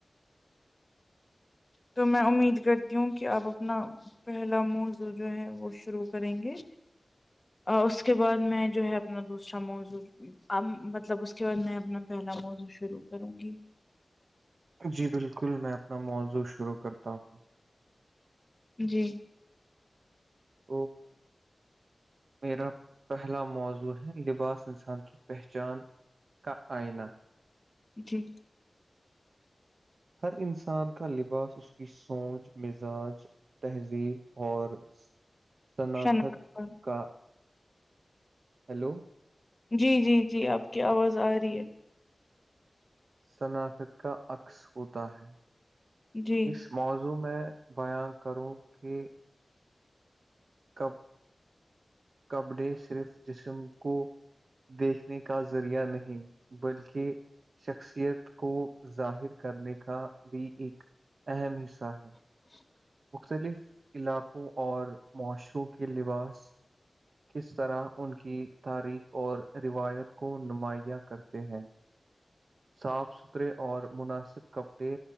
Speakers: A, on the left (about 30°); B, on the right (about 75°).
A: تو میں امید کرتی ہوں کہ آپ اپنا پہلا موضوع جو ہے وہ شروع کریں گے اس کے بعد میں جو ہے اپنا دوسرا موضوع اب مطلب اس کے بعد میں اپنا پہلا موضوع شروع کروں گی
B: جی بلکل میں اپنا موضوع شروع کرتا ہوں
A: جی
B: <inaudible> <inaudible> میرا پہلا موضوع ہے لباس انسان کی پہچان کا آئینہ
A: جی
B: ہر انسان کا لباس اس کی سوچ مزاج تہذیب اور سناخت
A: شناخت پر
B: کا ہیلو
A: جی جی جی آپ کی آواز آ رہی ہے
B: سناخت کا عکس ہوتا ہے
A: جی
B: اس موضوع میں بیاں کروں کہ کپ کپڑے صرف جسم کو دیکھنے کا ذریعہ نہیں بلکہ شخصیت کو ظاہر کرنے کا بھی ایک اہم حصہ ہے
A: <inaudible>
B: مختلف علاقوں اور معاشروں کے لباس کس طرح ان کی تاریخ اور روایت کو نمایاں کرتے ہیں صاف ستھرے اور مناسب کپڑے